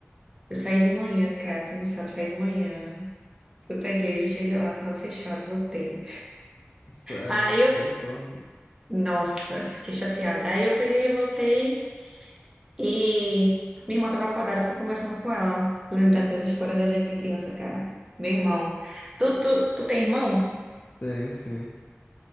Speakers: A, on the right (about 20°); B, on the left (about 45°).
A: eu saí de manhã, cara. Tu não sabe, saí de manhã. Fui pra igreja, cheguei lá, tava fechado, voltei.
B: Sério,
A: Aí eu.
B: voltou.
A: Nossa, fiquei chateada. Aí eu peguei e voltei. E minha irmã tava acordada, fiquei conversando com ela, lembrando das histórias da gente de criança, cara. Meu irmão. Tu, tu, tu tem irmão?
B: Tenho sim.